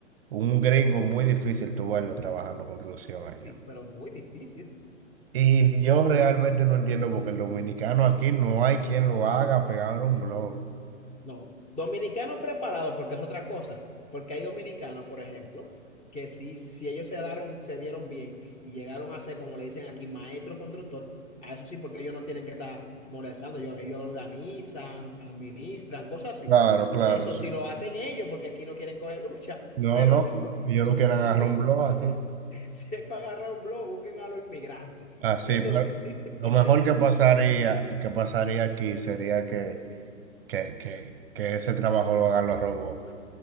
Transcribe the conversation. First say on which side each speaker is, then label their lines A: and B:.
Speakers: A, on the right; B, on the left.
A: Un gringo muy difícil tú verlo trabajando construcción allá.
B: Pero muy difícil.
A: Y yo realmente no entiendo porque el dominicano aquí no hay quien lo haga pegar un blog.
B: No, dominicanos preparados porque es otra cosa, porque hay dominicanos, por ejemplo, que si, si ellos se daron, se dieron bien y llegaron a ser, como le dicen aquí, maestro constructor, a eso sí, porque ellos no tienen que estar molestando, ellos, ellos organizan, administran, cosas así.
A: Claro, claro,
B: Eso
A: sí.
B: sí lo hacen ellos, porque aquí no quieren coger lucha,
A: No,
B: pero
A: no, que
B: <laughs>
A: ellos no quieran
B: si
A: agarrar un blog aquí.
B: si es para agarrar un blog, busquen a los inmigrantes.
A: Así,
B: Eso
A: pero
B: sí.
A: lo
B: <laughs>
A: mejor que pasaría, que pasaría aquí sería que que, que, que ese trabajo lo hagan los robots.